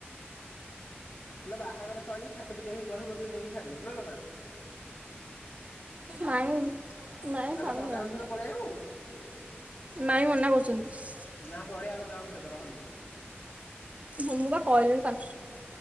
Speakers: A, on the left (about 65°); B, on the right (about 30°).
A: ହେ ବାହାଘର ସରିଲ ଛାଟି ପିଟି ହେଇ କହିବ ମ ତୁ ନେଇକି ଛାଡିଦିବୁ ନ ମା
B: ମାଇଁ ମାଇଁ
A: ହେଲେ
B: ଛାଡୁନାହାନ୍ତି।
A: ତଦାଳ ସହିତ ପଳେଇ ଆବ
B: ମାଇଁ ମନା ବଛନ୍ତି
A: ନା ପଢଆ ତ ଯାଉଛ ତ ରହନି
B: ଁ ବା କହିଲୁନୁ ପା